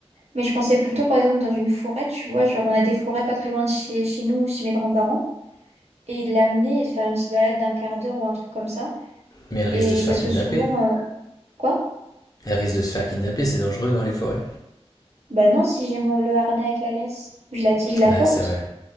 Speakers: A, on the right; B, on the left.
A: Mais je pensais plutôt par exemple dans une forêt, tu vois, genre on a des forêts pas très loin de chez, chez nous ou chez mes grands-parents et de l'amener et de faire une petite balade d'un quart d'heure ou un truc comme ça.
B: Mais elle
A: Et
B: risque de se faire
A: parce
B: kidnapper.
A: que souvent, euh, quoi?
B: Elle risque de se faire kidnapper, c'est dangereux dans les forêts.
A: Bah non, si j'ai mon, le harnais avec la laisse, je la, je la
B: Ouais,
A: porte.
B: c'est vrai.